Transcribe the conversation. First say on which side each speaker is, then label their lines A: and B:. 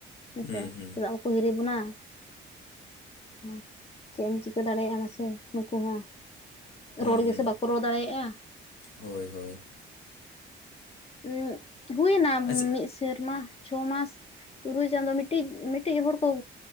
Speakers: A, on the left; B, on the left.
A: ᱦᱮᱸ
B: ᱦᱩᱸ
A: ᱥᱮ
B: ᱦᱩᱸ
A: ᱪᱮᱫᱟᱜ ᱵᱟᱠᱚ ᱦᱤᱨᱤ ᱵᱚᱱᱟ ᱦᱳᱭ ᱪᱮᱫ ᱮᱢ ᱪᱤᱠᱟᱹ ᱫᱟᱲᱮᱭᱟᱜᱼᱟ ᱢᱟᱥᱮ ᱱᱩᱠᱩ ᱦᱚᱸ
B: ᱦᱩᱸ
A: ᱨᱚᱲ ᱜᱮᱥᱮ ᱵᱟᱠᱚ ᱨᱚᱲ ᱫᱟᱲᱮᱭᱟᱜᱼᱟ
B: ᱦᱳᱭ ᱦᱳᱭ
A: <unintelligible> ᱦᱩᱭᱱᱟ ᱢᱤᱫ
B: ᱟᱪᱪᱷᱟ
A: ᱥᱮᱨᱢᱟ ᱪᱷᱚ ᱢᱟᱥ ᱛᱩᱨᱩᱭ ᱪᱟᱸᱫᱚ ᱢᱤᱫᱴᱤᱡ ᱢᱤᱫᱴᱤᱡ ᱦᱚᱲ ᱠᱚ